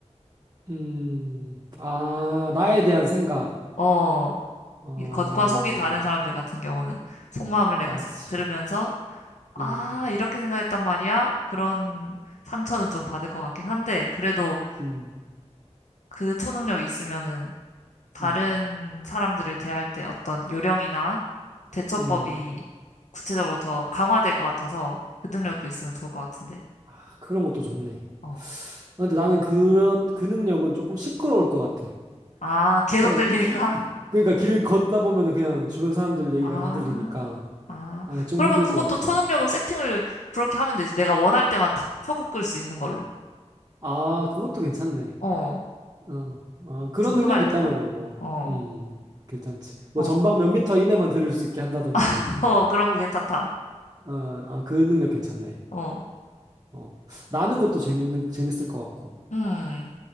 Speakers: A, on the right (about 35°); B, on the left (about 80°).
A: 음, 아, 나에 대한 생각.
B: 어,
A: 어,
B: 이 겉과 속이 다른 사람들 같은 경우는 속마음을 내가
A: 그렇지.
B: 싹 들으면서 아,
A: 음,
B: 이렇게 생각했단 말이야? 그런 상처는 좀 받을 것 같긴 한데, 그래도
A: 음.
B: 그 초능력이 있으면은 다른
A: 음.
B: 사람들을 대할 때 어떤 요령이나 대처법이
A: 음.
B: 구체적으로 더 강화될 것 같아서 그 능력도 있으면 좋을 것 같은데.
A: 아, 그런 것도 좋네.
B: 어.
A: 아, 근데 나는 그런 그 능력은 조금 시끄러울 것 같아.
B: 아, 계속
A: 그냥
B: 들리니까?
A: 기 <laughs> 그러니까 길 걷다 보면은 그냥 주변 사람들 얘기가
B: 아,
A: 다 들리니까
B: 아.
A: 아, 좀
B: 그러면
A: 힘들
B: 그것도
A: 것 같아.
B: 초능력을 세팅을 그렇게 하면 되지. 내가 원할 때만 탁 켜고 끌 수 있는 걸로.
A: 아, 그것도 괜찮네.
B: 어.
A: 어. 아, 그런
B: 궁금할
A: 능력이 있다면은
B: 때만.
A: 뭐
B: 어.
A: 음, 괜찮지. 뭐
B: 어.
A: 전방 몇 미터 이내만 들을 수 있게 한다든지.
B: <laughs> 어, 그런 거 괜찮다.
A: 어, 아, 그 능력 괜찮네.
B: 어.
A: 어. 나는 것도 재밌는 재밌을 것 같고.
B: 음.